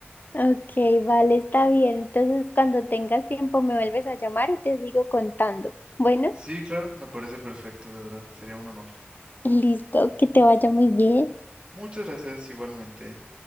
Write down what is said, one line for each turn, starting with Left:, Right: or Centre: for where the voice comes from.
Left: Ok, vale, está bien. Entonces, cuando tengas tiempo me vuelves a llamar y te sigo contando. Bueno.
Right: Sí, claro, me parece perfecto, de verdad, sería un honor.
Left: Listo, que te vaya muy bien.
Right: Muchas gracias igualmente.